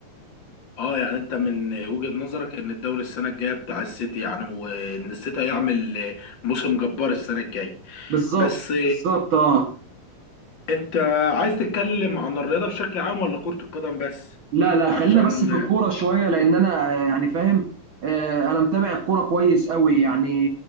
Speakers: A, on the left (about 35°); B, on the right (about 90°).
A: اه يعني انت من وجهة نظرك ان الدوري السنة الجاية بتاع السيتي يعني وان السيتي هيعمل موسم جبار السنة الجاية
B: بالظبط
A: بس
B: بالظبط اه
A: انت عايز تتكلم عن الرياضة بشكل عام ولا كرة القدم بس
B: لا لا
A: عشان
B: خلينا بس في الكوره شويه لان انا آه، يعني فاهم آه، انا متابع الكوره كويس قوي يعني